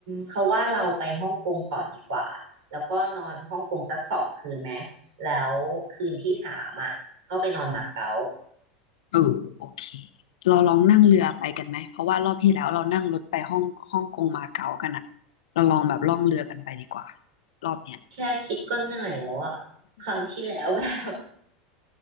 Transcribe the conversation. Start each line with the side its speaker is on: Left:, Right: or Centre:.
Right: เขาว่าเราไปฮ่องกงก่อนดีกว่าแล้วก็นอนฮ่องกงสักสองคืนไหมแล้วคืนที่สามอ่ะก็ไปนอนมาเก๊า
Left: เออโอเค เราลองนั่งเรือไปกันไหม เพราะว่ารอบที่แล้วเรานั่งรถไปฮ่องฮ่องกงมาเก๊ากันอะเราลองแบบล่องเรือกันไปดีกว่ารอบเนี้ย
Right: แค่คิดก็เหนื่อยแล้วอ่ะครั้งที่แล้วแบบ